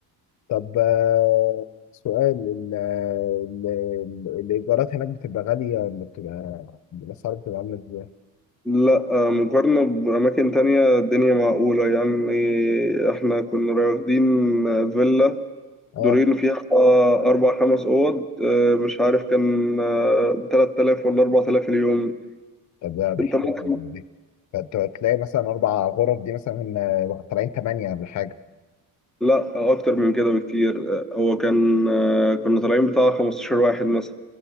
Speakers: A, on the left; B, in the centre.
A: طب آه، سؤال ال ال ال- الايجارات هناك بتبقى غاليه ولا بتبقى الاسعار بتبقى عامله ازاي؟
B: لا آه، مقارنة بأماكن تانية الدنيا معقولة يعني احنا كنا واخدين فيلا
A: اه
B: دورين فيها أربع خمس أوض آه، مش عارف كان بتلات آلاف ولا أربع آلاف اليوم
A: طب ده ده
B: انت
A: حلو
B: ممكن
A: جدا دي فانت هتلاقي مثلا اربع غرف دي مثلا آه، طالعين ثمانيه ولا حاجه
B: لا اكتر من كده بكتير آه، هو كان آه، كنا طالعين بتاع 15 واحد مثلا